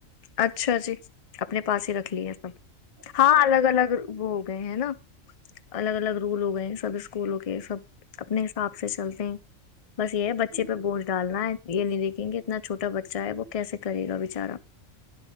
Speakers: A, on the left; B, on the right.
A: اچھا جی اپنے پاس
B: جی
A: ہی رکھ لیے سب
B: بالکل
A: ہاں الگ
B: بالکل
A: الگ وہ ہو گئے ہیں نا الگ الگ رول ہو گئے سب اس کوکولو کے <unintelligible> یہ سب اپنے حساب سے چلتے ہیں بس یہ ہے
B: بالکل
A: بچے پہ بوجھ ڈالنا ہے یہ نہیں دیکھ گے اتنا چھوٹا بچہ ہے وہ کیسک کرے گا بچارا